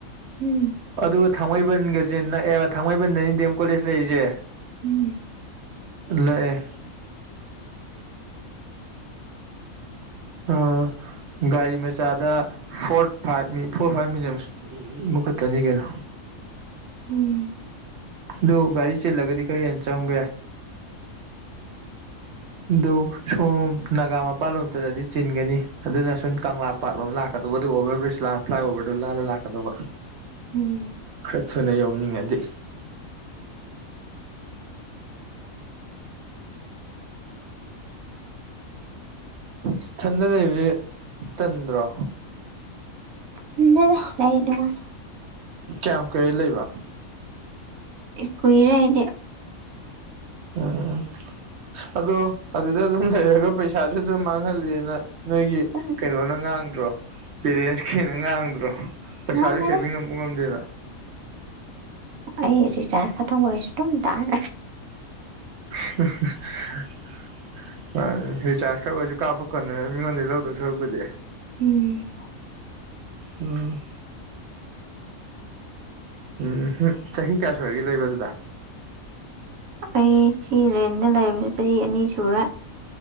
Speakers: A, on the right; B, on the right.
A: ꯎꯝ
B: ꯑꯗꯨꯒ ꯊꯥꯡꯃꯩꯕꯟꯒꯖꯦ ꯅꯛꯑꯦꯕ ꯊꯥꯡꯃꯩꯕꯟꯗꯅꯤ ꯗꯦꯝ ꯀꯣꯂꯦꯖ ꯂꯩꯔꯤꯖꯦ
A: ꯎꯝ
B: ꯂꯛꯑꯦ ꯑ ꯒꯥꯔꯤ ꯃꯆꯥꯗ ꯐꯣꯔ ꯐꯥꯏꯚ ꯃꯤ ꯐꯣꯔ ꯐꯥꯏꯚ ꯃꯤꯅꯠꯁ ꯑꯃꯈꯛꯇꯅꯤ ꯀꯩꯅꯣ
A: ꯎꯝ
B: ꯑꯗꯨ ꯒꯥꯔꯤ ꯆꯤꯜꯂꯒꯗꯤ ꯈꯔ ꯍꯦꯟꯅ ꯆꯪꯕ ꯌꯥꯏ ꯑꯗꯨ ꯁꯣꯝ ꯅꯥꯒꯥꯃꯄꯥꯜꯂꯣꯝ ꯆꯠꯂꯗꯤ ꯆꯤꯟꯒꯅꯤ ꯑꯗꯨꯅ ꯁꯨꯟ ꯀꯪꯂꯥ ꯄꯥꯠ ꯂꯣꯝꯗ ꯂꯥꯛꯀꯗꯧꯕ ꯑꯗꯨꯒ ꯑꯣꯚ꯭ꯔ ꯕ꯭ꯔꯤꯖ ꯂꯥꯟ ꯐ꯭ꯂꯥꯏꯑꯣꯕ꯭ꯔꯗꯨ ꯂꯥꯜꯂ ꯂꯥꯛꯀꯗꯕ
A: ꯎꯝ
B: ꯈꯔ ꯊꯨꯅ ꯌꯧꯅꯤꯡꯉꯗꯤ ꯏꯊꯟꯗ ꯂꯩꯕꯗꯤ ꯇꯟꯗ꯭ꯔꯣ
A: ꯇꯟꯗꯦꯗꯥ ꯂꯩ ꯅꯨꯡꯉꯥꯏ
B: ꯀꯌꯥꯝ ꯀꯨꯏꯔꯦ ꯂꯩꯕ
A: ꯀꯨꯏꯔꯦ ꯑꯩꯗꯤ
B: ꯑ ꯑꯗꯣ ꯑꯗꯨꯗ ꯑꯗꯨꯝ ꯂꯩꯔꯒ ꯄꯩꯁꯥꯗꯤ ꯑꯗꯨꯝ ꯃꯥꯡꯍꯜꯂꯤ ꯅꯪ ꯅꯣꯏꯒꯤ
A: ꯎꯝ
B: ꯀꯩꯅꯣꯅ ꯉꯥꯡꯗ꯭ꯔꯣ ꯄꯦꯔꯦꯟꯁꯈꯩꯅ ꯉꯥꯡꯗ꯭ꯔꯣ ꯄꯩꯁꯥꯗꯤ
A: ꯉꯥꯡꯅꯔꯦ
B: ꯁꯦꯚꯤꯡ ꯄꯨꯉꯝꯗꯦꯅ
A: ꯑꯩ ꯔꯤꯆꯥꯔꯖ ꯈꯇꯝ ꯑꯣꯏꯔꯁꯨ ꯑꯗꯨꯝ ꯗꯥꯟ
B: <unintelligible> ꯃꯥꯅꯤ ꯔꯤꯆꯥꯔꯖ ꯈꯛ ꯑꯣꯏꯁꯨ ꯀꯥꯞꯄꯀꯣꯟꯅꯔ ꯃꯤꯉꯣꯟꯗꯩ ꯂꯧꯗꯧ ꯁꯔꯨꯛꯄꯨꯗꯤ
A: ꯎꯝ
B: ꯎꯝ ꯎꯝꯍꯨꯞ ꯆꯍꯤ ꯀꯌꯥ ꯁꯨꯔꯒꯦ ꯂꯩꯕ ꯑꯗꯨꯗ
A: ꯑꯩ ꯁꯤ ꯔꯦꯟꯗ ꯂꯩꯕꯁꯤ ꯆꯍꯤ ꯑꯅꯤ ꯁꯨꯔꯦ